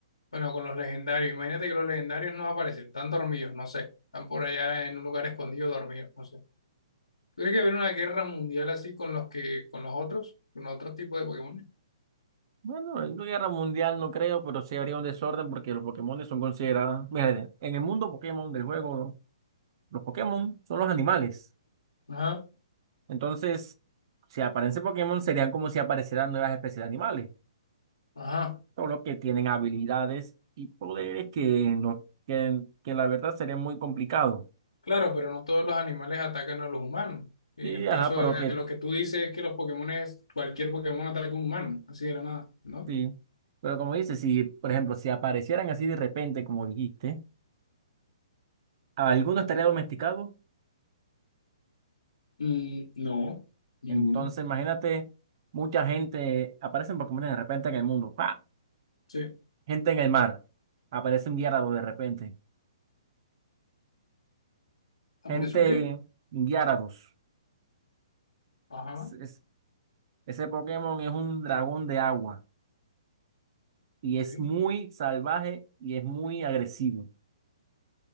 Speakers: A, on the left (about 80°); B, on the right (about 50°).
A: bueno, con los legendarios? Imagínate que los legendarios no aparecen, están dormidos, no sé, están por allá en un lugar escondido dormidos, no sé. ¿Tú ¿Crees que habría una guerra mundial así con los que, con los otros, con los otros tipos de Pokémon?
B: Bueno, en una guerra mundial no creo, pero sí habría un desorden porque los Pokémon son considerados. Mira, en el mundo Pokémon del juego, los Pokémon son los animales.
A: Ajá,
B: Entonces, si aparecen Pokémon, serían como si aparecieran nuevas especies de animales.
A: ajá.
B: Solo que tienen habilidades y poderes que, no, que, que la verdad sería muy complicado.
A: Claro, pero no todos los animales atacan a los humanos. Y
B: Sí,
A: en el caso
B: ajá, pero
A: de
B: que
A: lo que tú dices es que los Pokémon cualquier Pokémon ataca a un humano, así de la nada, ¿no?
B: sí. Pero como dices, si, por ejemplo, si aparecieran así de repente, como dijiste, alguno estaría domesticado.
A: Mm, no, ninguno.
B: Entonces, imagínate, mucha gente, aparecen Pokémon de repente en el mundo. ¡pa!
A: Sí.
B: Gente en el mar. Aparecen Gyarados de repente.
A: ¿Aparece
B: Gente
A: un qué?
B: Gyarados.
A: Ajá.
B: Es- es- ese Pokémon es un dragón de agua. Y
A: Ok.
B: es muy salvaje y es muy agresivo.